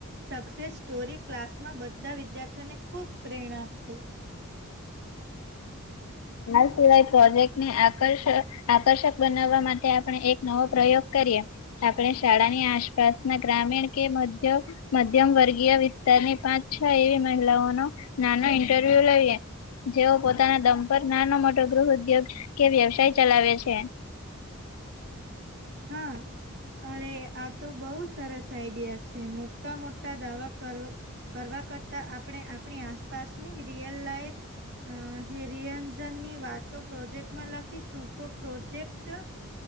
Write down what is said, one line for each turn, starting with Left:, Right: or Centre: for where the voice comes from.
Right: સક્સેસ સ્ટોરી ક્લાસમાં બધા વિદ્યાર્થીઓને ખૂબ પ્રેરણા આપશે.
Left: આ સિવાય પ્રોજેક્ટને આકર્ષક આકર્ષક બનાવવા માટે આપણે એક નવો પ્રયોગ કરીએ કે આપણે શાળાની આસપાસ ના ગ્રામીણ કે મધ્ય મધ્યમ વર્ગીય વિસ્તારની પાંચ છ એવી મહિલાઓનો નાનો ઇન્ટરવ્યુ લઈએ જો દમ પર નાનો મોટો ગૃહઉદ્યોગ કે વ્યવસાય ચલાવે છે.
Right: હા. અરે આ તો બઉ સરસ આઈડિયા છે મોટા મોટા દાવા કર કરવા કરતા આપણે આપણી આસપાસની રિયલ લાઈફ અ હેરિયન્ઝનની વાતો પ્રોજેક્ટમાં લખીશું તો પ્રોજેક્ટ